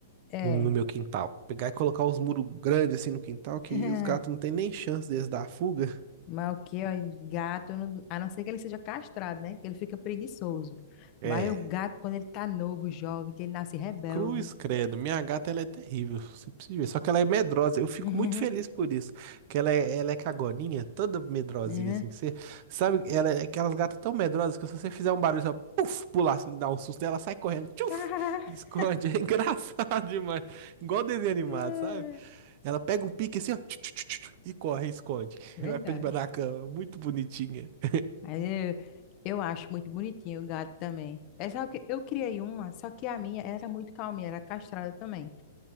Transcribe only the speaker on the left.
É.
<laughs>
Mas o que, ó, gato, eu não- a não ser que ele seja castrado, né? Que ele fica preguiçoso.
Mas o gato, quando ele tá novo, jovem, que ele nasce rebelde.
<laughs>
Né?
<laughs>
É,
Verdade.
Mas eu, eu acho muito bonitinho o gato também. É só que eu criei uma, só que a minha era muito calminha, era castrada também.